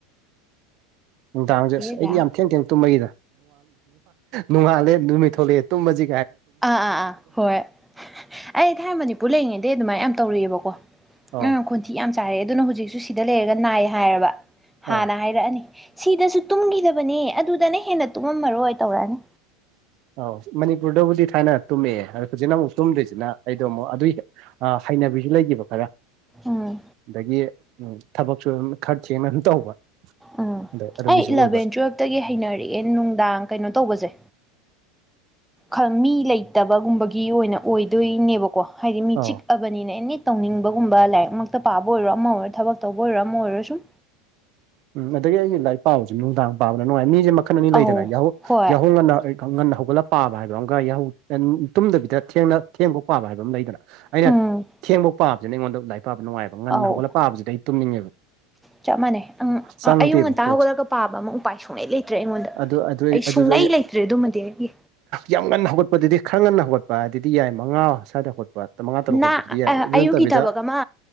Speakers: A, on the right; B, in the centre.
A: ꯅꯨꯡꯗꯥꯡꯁꯦ
B: ꯑꯦꯔꯥ
A: ꯑꯁ ꯑꯩꯗꯤ ꯌꯥꯝ ꯊꯦꯡꯅ ꯊꯦꯡꯅ ꯇꯨꯝꯕꯅꯤꯗ ꯅꯣꯡꯉꯥꯜꯂꯦ ꯅꯨꯃꯤꯠ ꯊꯣꯛꯂꯛꯑꯦ ꯇꯨꯝꯃꯁꯤ
B: ꯑꯥ ꯑꯥ ꯑꯥ ꯍꯣꯏ ꯑꯩ ꯊꯥꯏꯅ ꯃꯅꯤꯄꯨꯔ ꯂꯩꯔꯤꯉꯩꯗꯩ ꯑꯗꯨꯃꯥꯏꯅ ꯌꯥꯝ ꯇꯧꯔꯛꯑꯦꯕꯀꯣ ꯑꯗꯨꯅ
A: ꯑꯧ
B: ꯈꯣꯟꯊꯤ ꯌꯥꯝ ꯆꯥꯏꯔꯛꯑꯦ ꯑꯗꯨꯅ ꯍꯧꯖꯤꯛꯁꯨ ꯁꯤꯗ ꯂꯩꯔꯒ ꯅꯥꯏ ꯍꯥꯏꯑꯕ ꯍꯥꯟꯅ
A: ꯑꯧ
B: ꯍꯥꯏꯔꯛꯑꯅꯤ ꯁꯤꯗꯁꯨ ꯇꯨꯝꯈꯤꯗꯕꯅꯦ ꯑꯗꯨꯗꯅ ꯍꯦꯟꯅ ꯇꯨꯝꯃꯝꯃꯔꯣꯏ ꯇꯧꯔꯛꯑꯅꯤ
A: ꯑꯧ ꯃꯅꯤꯄꯨꯔꯗꯕꯨꯗꯤ ꯊꯥꯏꯅ ꯇꯨꯝꯃꯛꯑꯦ ꯍꯧꯖꯤꯛꯅ ꯑꯩꯗꯣ ꯑꯃꯨꯛ ꯇꯨꯝꯗ꯭ꯔꯤꯁꯤꯅ ꯑꯩꯗꯣ ꯑꯃꯨꯛ ꯑꯗꯨꯏ ꯑ ꯍꯩꯅꯕꯤꯁꯨ ꯂꯩꯈꯤꯕ ꯈꯔ
B: ꯎꯝ
A: ꯑꯗꯒꯤ ꯊꯕꯛꯁꯨ ꯑꯗꯨꯝ ꯈꯔ ꯊꯦꯡꯅ ꯑꯗꯨꯝ ꯇꯧꯕ
B: ꯎꯝ
A: ꯑꯗ ꯑꯗꯨꯒꯤꯁꯨ
B: ꯑꯩ
A: ꯑꯣꯏꯕ
B: ꯏꯂꯚꯦꯟ ꯇꯨꯋꯦꯜꯐꯇꯒꯤ ꯍꯩꯅꯔꯛꯑꯦ ꯅꯨꯡꯗꯥꯡ ꯀꯩꯅꯣ ꯇꯧꯕꯁꯦ ꯈꯪ ꯃꯤ ꯂꯩꯇꯕꯒꯨꯝꯕꯒꯤ ꯑꯣꯏꯅ ꯑꯣꯏꯗꯣꯏꯅꯦꯕꯀꯣ ꯍꯥꯏꯗꯤ ꯃꯤ
A: ꯑꯧ
B: ꯆꯤꯛꯑꯕꯅꯤꯅ ꯑꯦꯅꯤ ꯇꯧꯅꯤꯡꯕꯒꯨꯝꯕ ꯂꯥꯏꯔꯤꯛꯃꯛꯇ ꯄꯥꯕ ꯑꯣꯏꯔꯣ ꯑꯃ ꯑꯣꯏꯔꯣ ꯊꯕꯛ ꯇꯧꯕ ꯑꯣꯏꯔꯣ ꯑꯃ ꯑꯣꯏꯔꯣ ꯁꯨꯝ
A: ꯎꯝ ꯑꯗꯒꯤ ꯑꯩꯅ ꯂꯥꯏꯔꯤꯛ ꯄꯥꯕꯁꯦ ꯅꯨꯡꯗꯥꯡ ꯄꯥꯕꯅ ꯅꯨꯡꯉꯥꯏ ꯃꯤꯁꯦ ꯃꯥ ꯃꯈꯟ ꯑꯅꯤ
B: ꯑꯧ
A: ꯂꯩꯗꯅ ꯌꯥꯍꯧ
B: ꯍꯣꯏ
A: ꯌꯥꯍꯧ ꯉꯟꯅ ꯈꯔ ꯉꯟꯅ ꯍꯧꯒꯠꯂ ꯄꯥꯕ ꯍꯥꯏꯕ ꯑꯃꯒ ꯌꯥꯍꯧ ꯇꯨꯝꯗꯕꯤꯗ ꯊꯦꯡꯅ ꯊꯦꯡꯕꯧ ꯄꯥꯕ ꯍꯥꯏꯕ ꯑꯃ ꯂꯩꯗꯅ ꯑꯩꯅ
B: ꯎꯝ
A: ꯊꯦꯡꯕꯧ ꯄꯥꯕꯁꯤꯅ ꯑꯩꯉꯣꯟꯗ ꯂꯥꯏꯔꯤꯛ ꯄꯥꯕ ꯅꯨꯡꯉꯥꯏꯕ ꯉꯟꯅ
B: ꯑꯧ
A: ꯍꯧꯒꯠꯂꯒ ꯄꯥꯕꯁꯤꯗꯤ ꯑꯩ ꯇꯨꯝꯅꯤꯡꯉꯦꯕ
B: ꯆꯞ ꯃꯥꯟꯅꯩ ꯑꯝ
A: ꯆꯪꯗꯦꯕ
B: ꯑꯥ ꯑꯌꯨꯛ ꯉꯟꯇꯥ
A: ꯀꯣꯛꯁꯦ
B: ꯍꯧꯒꯠꯂꯒ ꯄꯥꯕ ꯑꯃ ꯎꯄꯥꯏ ꯁꯨꯡꯂꯩ ꯂꯩꯇ꯭ꯔꯦ ꯑꯩꯉꯣꯟꯗ
A: ꯑꯗꯨ ꯑꯗꯨ
B: ꯑꯩ
A: ꯑꯗꯨꯁꯨ
B: ꯁꯨꯡꯂꯩ ꯂꯩꯇ꯭ꯔꯦ ꯑꯗꯨꯃꯗꯤ ꯗꯦ ꯑꯩꯒꯤ
A: ꯌꯥꯝ ꯉꯟꯅ ꯍꯧꯒꯠꯄꯗꯨꯗꯤ ꯈꯔ ꯉꯟꯅ ꯍꯧꯒꯠꯄ ꯍꯥꯏꯗꯤ ꯌꯥꯏ ꯃꯉꯥ ꯁ꯭ꯋꯥꯏꯗ ꯍꯧꯒꯠꯄ ꯃꯉꯥ ꯇꯔꯨꯛ
B: ꯅ
A: ꯍꯧꯒꯠꯄꯗꯨꯗꯤ ꯌꯥꯏ ꯑꯗꯨ
B: ꯑꯌꯨꯛꯀꯤ
A: ꯅꯠꯇꯕꯤꯗ
B: ꯊꯕꯛ ꯑꯃ